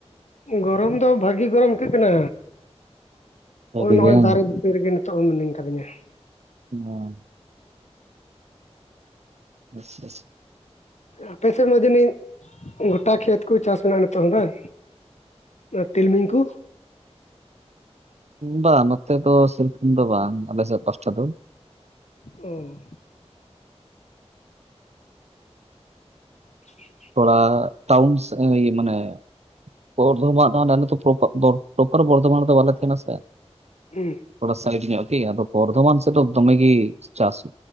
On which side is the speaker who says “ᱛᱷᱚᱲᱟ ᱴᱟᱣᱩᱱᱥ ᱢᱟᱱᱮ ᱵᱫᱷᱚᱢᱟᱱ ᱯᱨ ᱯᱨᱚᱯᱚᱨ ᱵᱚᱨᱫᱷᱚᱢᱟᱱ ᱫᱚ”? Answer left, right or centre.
Right